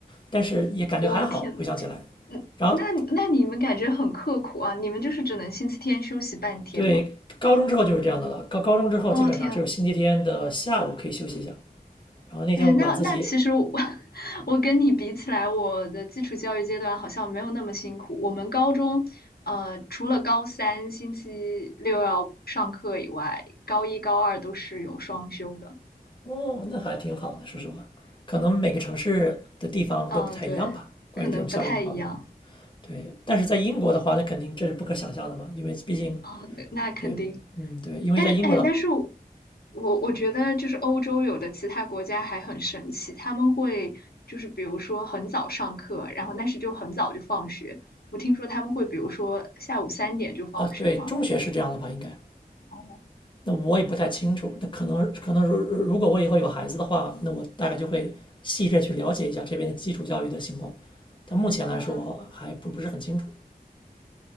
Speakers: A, on the left; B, on the left.
A: 但是也感觉还好，
B: 我天，
A: 回想起来。
B: 嗯，
A: 然后
B: 那那你们感觉很刻苦啊？你们就是只能星期天休息半天吗？
A: 对高中之后就是这样的了，高高中之后基本上只有星期天的下午可以休息一下，
B: 哦天，
A: 然后那天晚自习，
B: 哎，那那其实我 <laughs> 我跟你比起来，我的基础教育阶段好像没有那么辛苦。我们高中，呃，除了高三星期六要上课以外，高一高二都是有双休的。
A: 哦，那还挺好的，说实话，可能每个城市的地方都不太一样吧，
B: 啊，对，
A: 关于这种校园的方面。
B: 可能不太一样
A: 对，但是在英国的话，那肯定这是不可想象的嘛，因为毕竟
B: 啊，那那肯定。
A: 对，嗯，对，因为在英国的
B: 但是，哎，但是我我我觉得就是欧洲有的其他国家还很神奇，他们会就是比如说很早上课，然后但是就很早就放学。我听说他们会比如说下午三点就放学吗？
A: 啊，对，中学是这样的吧，应该。
B: 哦，
A: 那我也不太清楚，那可能可能如如果我以后有孩子的话，那我大概就会细致去了解一下这边的基础教育的情况，但目前来说还不不是很清楚，
B: 那